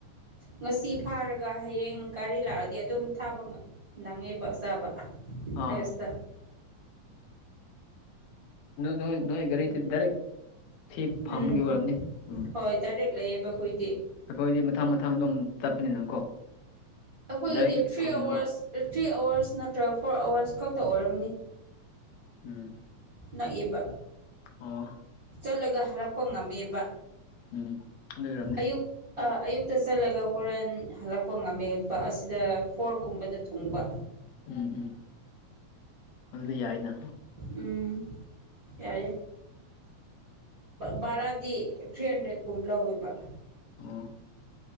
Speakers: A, on the right; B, on the left.
A: ꯉꯁꯤ ꯐꯥꯔꯒ ꯍꯌꯦꯡ ꯒꯥꯔꯤ ꯂꯥꯛꯑꯗꯤ ꯑꯗꯨꯝ ꯊꯥꯕ ꯅꯪꯉꯦꯕ ꯆꯥꯕ
B: ꯑꯥ
A: ꯐꯔꯦꯁꯇ
B: ꯅꯣꯏ ꯅꯣꯏꯒꯔꯤꯗꯤ ꯗꯥꯢꯔꯦꯛ ꯁꯤ ꯐꯪꯕꯒꯤ
A: ꯎꯝ
B: ꯑꯣꯏꯔꯝꯅꯤ ꯎꯝ
A: ꯍꯣꯏ ꯗꯥꯏꯔꯦꯛ ꯂꯩꯌꯦꯕ ꯑꯩꯈꯣꯏꯗꯤ
B: ꯑꯩꯈꯣꯏꯗꯤ ꯃꯊꯥꯡ ꯃꯊꯥꯡ ꯑꯗꯨꯝ ꯆꯠꯄꯅꯤꯅꯀꯣ
A: ꯑꯩꯈꯣꯏꯒꯤꯗꯤ
B: ꯗꯥꯏꯔꯦꯛ
A: ꯊ꯭ꯔꯤ
B: ꯐꯪꯒꯗꯕ
A: ꯑꯋꯔꯁ ꯊ꯭ꯔꯤ ꯑꯋꯔꯁ ꯅꯠꯇ꯭ꯔꯒ ꯐꯣꯔ ꯑꯋꯔꯁ ꯈꯛꯇ ꯑꯣꯏꯔꯝꯅꯤ
B: ꯎꯝ
A: ꯅꯥꯛꯏꯕ
B: ꯑꯣ
A: ꯆꯠꯂꯒ ꯍꯥꯏꯔꯛꯄ ꯉꯝꯃꯦꯕ
B: ꯎꯝ ꯑꯗꯨ ꯑꯣꯏꯔꯝꯅꯤ
A: ꯑꯌꯨꯛ ꯑꯌꯨꯛꯇ ꯆꯠꯂꯒ ꯍꯣꯔꯦꯟ ꯍꯜꯂꯛꯄ ꯉꯝꯃꯦꯕ ꯑꯁꯤꯗ ꯐꯣꯔꯒꯨꯝꯕꯗ ꯊꯨꯡꯕ
B: ꯎꯝ ꯎꯝ ꯑꯗꯨꯗꯤ ꯌꯥꯏꯅ
A: ꯎꯝ ꯌꯥꯏꯌꯦ ꯚꯔꯥꯗꯤ ꯊ꯭ꯔꯤ ꯍꯟꯗ꯭ꯔꯦꯗꯀꯨꯝ ꯂꯧꯋꯦꯕ
B: ꯑꯣ